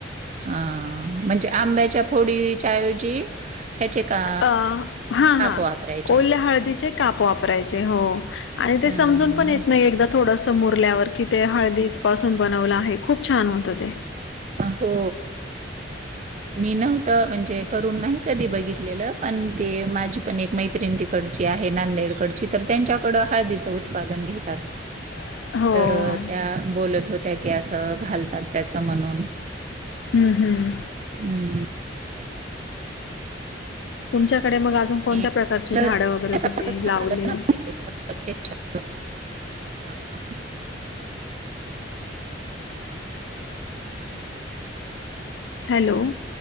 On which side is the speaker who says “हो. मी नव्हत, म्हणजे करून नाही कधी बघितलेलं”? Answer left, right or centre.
Right